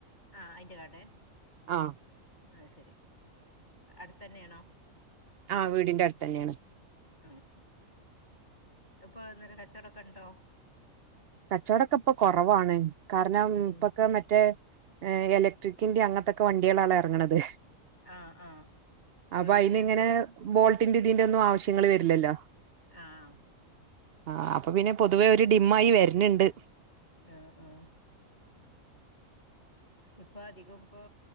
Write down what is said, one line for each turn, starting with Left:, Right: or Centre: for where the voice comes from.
Left: ആഹ അയിൻ്റെ കടേ
Right: ആഹ്
Left: അഹ് ശരി അടുത്തന്നെയാണോ
Right: ആഹ് വീടിന്റെ അടുത്തന്നെയാണ്
Left: ആഹ് അഹ്പ്പൊ എങ്ങനെകച്ചവടൊക്കെണ്ടോ
Right: കച്ചോടൊക്കെ ഇപ്പൊ കുറവാണ് കാരണം
Left: ഉം
Right: ഇപ്പൊക്കെ മറ്റേ ഏഹ് എല ട്രിക്കിന്റെ അങ്ങനത്തൊക്കെ വണ്ടികളാണ് ഇറങ്ങുന്നത്
Left: ആ ആ
Right: അപ്പൊ
Left: പിന്നെ
Right: അയിന്
Left: അധികം
Right: ങ്ങനെ ബോൾട്ടിന്റെ തിന്റെന്നും ആവശ്യങ്ങൾ വരില്ലല്ലോ
Left: ആഹ്
Right: ആഹ് അപ്പൊ പിന്നെ പൊതുവേ ഒരു ഡിം ആയി വരുണണ്ട്
Left: ആഹ് ആഹ് ഇപ്പൊ അധികം ഇപ്പൊ